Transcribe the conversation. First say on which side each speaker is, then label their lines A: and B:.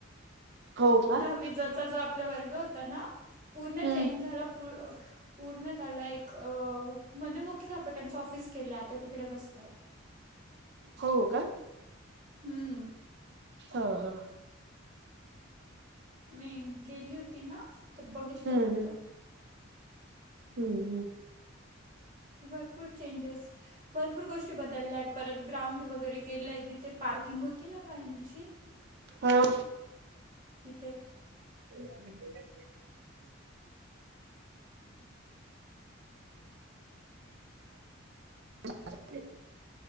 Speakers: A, on the right; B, on the right.
A: हो का
B: दहावी ज चा जो आपला वर्ग होता ना पूर्ण
A: हम्म
B: चेंज झाला पु अ पूर्ण त्याला एक अ म्हणजे मुख्याधपक्यांचं ऑफिस केलं आता तिकडे बसतात
A: हो का?
B: हम्म.
A: हा हा.
B: मी गेली होती ना तर बघितलं
A: हम्म
B: होतं.
A: हम्म. हम्म हम्.
B: भरपूर चेंजेस भरपूर गोष्टी बदलल्या आहेत परत ग्राउंड वगैरे केलंय तिथे पार्किंग होती ना व्हॅनची
A: हो.
B: तिथे -
A: <inaudible> <unintelligible>